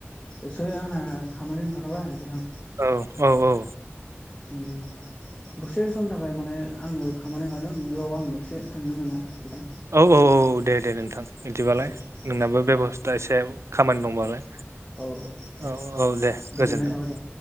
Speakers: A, on the left; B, on the right.
A: एसे आंना खामानि ओंखारबाय बिथां
B: औ औ औ
A: ओम दसे समनि थाखाय माने आङो खामानि ओंखारदों बेयाव आं एसे थांनो नामा? बिथां
B: औ औ औ दे दे नोंथां बिदिबालाय
A: औ
B: नोंनाबो बेबस्था
A: औ
B: एसे खामानि दंबालाय
A: औ दे
B: औ औ दे
A: गोजोननाय
B: गोजोन्थों
A: थाबाय दे